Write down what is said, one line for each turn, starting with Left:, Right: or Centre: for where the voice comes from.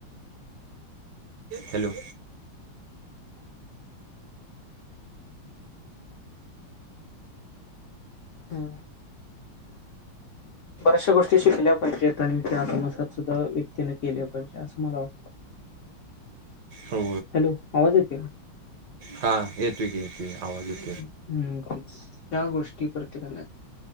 Right: हॅलो
Left: हम्म बऱ्याचशा गोष्टी शिकल्या पाहिजेत आणि ते आत्मसात सुद्धा व्यक्तीने केल्या पाहिजे असं मला वाटतं.
Right: हो,
Left: हॅलो आवाज येते का
Right: हा येतो की येतो येतो आवाज येतो.
Left: हम्म, त्या गोष्टी प्रत्येकाला